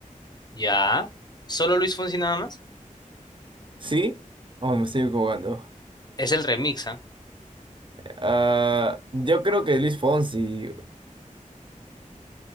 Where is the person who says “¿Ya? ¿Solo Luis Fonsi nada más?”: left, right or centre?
Left